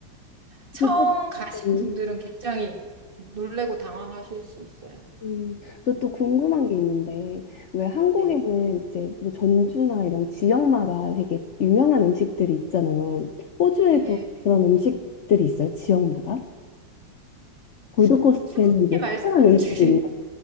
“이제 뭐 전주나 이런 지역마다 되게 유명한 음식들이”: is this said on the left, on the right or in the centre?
Left